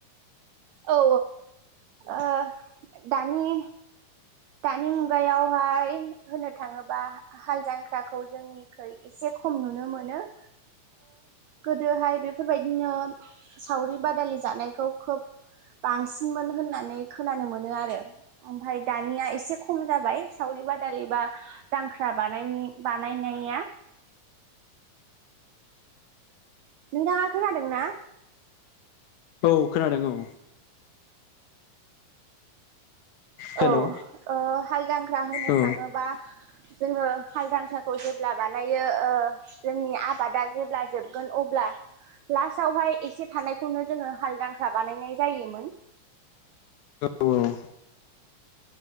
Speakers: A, on the right; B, on the left.
A: औ औ दानि दानि मुगायावहाय होनो थाङोबा हाल जांख्राखौ जोंनि निखै एसे खम नुनो मोनो गोदोहाय बेफोरबायदिनो सावरि बादालि जानायखौ खोब बांसिनमोन होननानै खोनानो मोनो आरो ओमफफ्राय दानिया एसे खम जाबाय सावरि बादालिबा दांख्रा बानाय बानायनाया नोंथाङा खोनादों ना
B: औ खोनादों औ हेलौ
A: औ हाल जांख्रा होनो
B: औ
A: थाङोबा जोङो हालजांख्राखौ जे जेब्ला बानायो जोंनि आबादा जेब्ला जोबगोन अब्ला लास्टावहाय एसे थानायखौनो जोङो हाल जांख्रा बानायनाय जायोमोन
B: औ